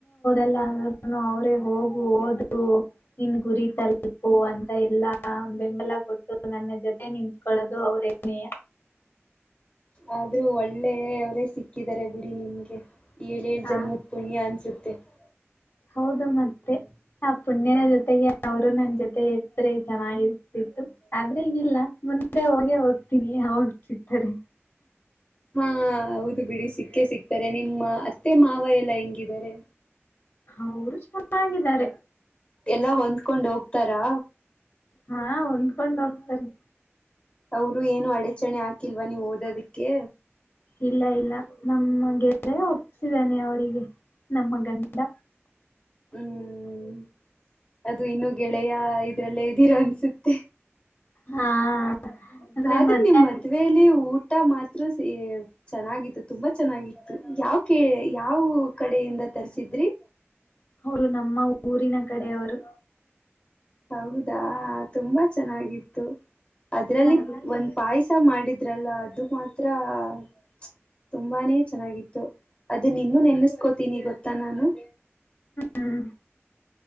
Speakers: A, on the left; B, on the left.
A: ಎಲ್ಲಾ ಅಂದ್ರರು ಅವ್ರೇ ಹೋಗು ಓದು ನಿನ್ ಗುರಿ ತಲುಪು ಅಂತ ಎಲ್ಲಾ ಬೆಂಬಲ ಕೊಟ್ಟು ನನ್ನ ಜೊತೆ ನಿತ್ಕೊಳ್ಳೋದು ಅವ್ರೇನೇಯ
B: ಆದ್ರೂ ಒಳ್ಳೆಯವರೇ ಸಿಕ್ಕಿದಿದ್ದಾರೆ ಬಿಡಿ ನಿಮ್ಗೆ ಏಳು
A: ಹಾ
B: ಜನ್ಮದ ಪುಣ್ಯ ಅನ್ಸುತ್ತೆ ತ್ತೆ
A: ಹೌದು ಮತ್ತೆ ಆ ಪುಣ್ಯನ ಜೊತೆಗೆ ಅವರು ನನ್ ಜೊತೆ ಎತ್್ರೆ ಚೆನ್ನಾಗಿರ್ತಿತ್ತು ಆದ್ರೆ ಈಗಲ್ಲ ಮುಂದೆ ಹೋಗೆ ಹೋಗ್ತೀನಿೋಗ್ಸತಾರೆ
B: ಹಾ ಹೌದು ಬಿಡಿಸಿ ಸಿಕ್ಕ ಸಿಕ್ತಾರೆ ನಿಮ್ಮ ಅತ್ತೆ ಮಾವ ಎಲ್ಲಾ ಹೆಂಗಿದ್ದಾರೆ
A: ಅವರು ಚೆನ್ನಾಗಿದ್ದಾರೆ
B: ಎಲ್ಲಾ ಹೊಂದ್ಕೊಂಡ್ ಹೋಗ್ತಾರಾ
A: ಹಾ ಹೊಂದ್ಕೊಂಡ್ ಹೋಗ್ತಾರೆ
B: ಅವರು ಏನು ಅಡಚಣೆ ಹಾಕಿಲ್ವಾ ನೀವು ಓದೋದಕ್ಕೆ
A: ಇಲ್ಲ ಇಲ್ಲ ನಮ್ಮಗೆ ಒಪ್ಪಸಿದಾನೆ ಅವರಿಗೆ ನಮ್ಮ ಗಂಡ
B: ಹ್ಮ್ ಅದು ಇನ್ನುೊ ಗೆಳೆಯ ಇದ್ರಲ್ಲೇ ಇದ್ದೀರೋಂತ ಸಿತ್ತೆ
A: ಹಾ ಅಂದ್ರೆ
B: ಆದ್ರೂ
A: ಮದ್ವೆ
B: ನಿಮ್ ಮದ್ವೆೇಲಿ ಊಟ ಮಾತ್ರ ಚೆನ್ನಾಗತ್ತು ತುಂಬಾ ಚೆನ್ನಾಗಿತ್ತು ಯಾವ ಕ ಯಾವ ಕಡೆಯಿಂದ ತರ್ಸಿದ್ರಿ
A: ಅವರು ನಮ್ಮ ಊರಿನ ಕಡೆ ಅವರು
B: ಹೌದಾ ತುಂಬಾ ಚೆನ್ನಾಗಿತ್ತು ಅದ್ರಲ್ಲಿ
A: ಹಾಗೆ
B: ಒಂದ್ ಪಾಯಸ ಮಾಡಿದ್ರಲ್ಲ ಅದು ಮಾತ್ರ ತ್ರ ತುಂಬಾನೇ ಚೆನ್ನಾಗಿತ್ತು ಅದು ನಿನ್ನೂ ನೆನೆಸ್ಕೋತೀನಿ ಗೊತ್ತಾ ನಾನು
A: ಹ್ಮ್